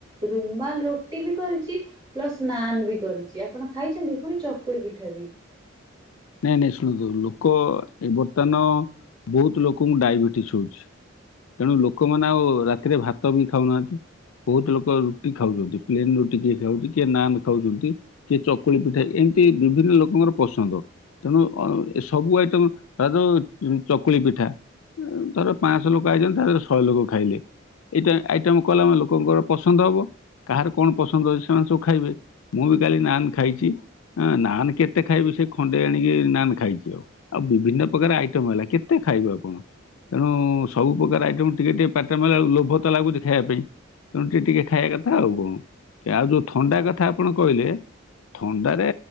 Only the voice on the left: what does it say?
ନାଇଁ ନାଇଁ ଶୁଣନ୍ତୁ, ଲୋକ ଏ ବର୍ତ୍ତମାନ ବହୁତ ଲୋକଙ୍କୁ ଡାଇବେଟିସ ହଉଛି। ତେଣୁ ଲୋକମାନେ ଆଉ ରାତିରେ ଭାତ ବି ଖାଉନାହାନ୍ତି। ବହୁତ ଲୋକ ରୁଟି ଖାଉଛନ୍ତି। ପ୍ଲେନ ରୁଟି କିଏ ଖାଉଛି, କିଏ ନାନ୍ ଖାଉଛନ୍ତି। କିଏ ଚକୁଳି ପିଠା, ଏମିତି ବିଭିନ୍ନ ଲୋକଙ୍କର ପସନ୍ଦ। ତେଣୁ ଏ ସବୁ ଆଇଟମ ତ ଯୋଉ ଚକୁଳି ପିଠା ଧର ପାଞ୍ଚଶହ ଲୋକ ଆଇଛନ୍ତି ତାରେ ଶହେ ଲୋକ ଖାଇଲେ ଏଇଟା ଆଇଟମ କଲାମାନେ ଲୋକଙ୍କର ପସନ୍ଦ ହବ କାହାର କଣ ପସନ୍ଦ ଅଛି ସେମାନେ ସବୁ ଖାଇବେ ମୁଁ ବି କାଲି ନାନ ଖାଇଛି ହଁ ନାନ କେତେ ଖାଇବି ସେ ଖଣ୍ଡ ତେଣିକେ ନାନ ଖାଇଛି ଆଉ ଆଉ ବିଭିନ୍ନ ପ୍ରକାର ଆଇଟମ ହେଲା କେତେ ଖାଇବେ ଆପଣ? ତେଣୁ ସବୁ ପ୍ରକାର ଆଇଟମ ଟିକେ ଟିକେ ପାଟିରେ ମାଇଲା ବେଳକୁ ଲୋଭ ତ ଲାଗୁଛି ଖାଇବା ପାଇଁ ତେଣୁ ଟିକେ ଟିକେ ଖାଇବା କଥା ଆଉ କଣ ଆଉ ଯୋଉ ଥଣ୍ଡା କଥା ଆପଣ କହିଲେ ଥଣ୍ଡାରେ